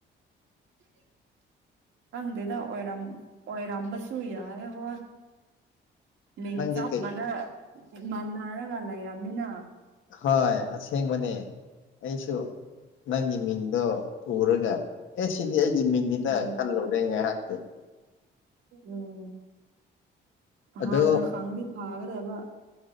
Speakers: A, on the right (about 80°); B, on the left (about 75°).
A: <unintelligible> ꯇꯪꯗꯗ ꯑꯣꯔꯝ ꯑꯣꯏꯔꯝꯕꯁꯨꯨꯏ ꯌꯥ ꯍ ꯃꯤꯡ
B: ꯅꯪꯗꯤ
A: ꯆꯞ
B: ꯀꯩ
A: ꯃꯥꯟꯅ ꯃꯥꯟꯟꯅꯔꯒ ꯂꯩꯔꯝꯃꯤꯅ
B: ꯍꯣꯏ ꯑꯁꯦꯡꯕꯅꯦ ꯑꯩꯁꯨ ꯅꯪꯒꯤ ꯃꯤꯡꯗꯣ ꯎꯔꯒ ꯑꯦ ꯁꯤꯅꯤ ꯑꯩꯗꯤ ꯃꯤꯡꯅꯤꯅ
A: ꯎꯝ
B: ꯈꯜꯂꯨꯗꯦ ꯉꯥꯏꯍꯥꯛꯇꯤ
A: ꯎꯝ ꯍꯥꯟꯅ
B: ꯑꯗꯣ
A: ꯈꯪꯉꯂꯤ ꯐꯥꯒꯗ ꯋꯥ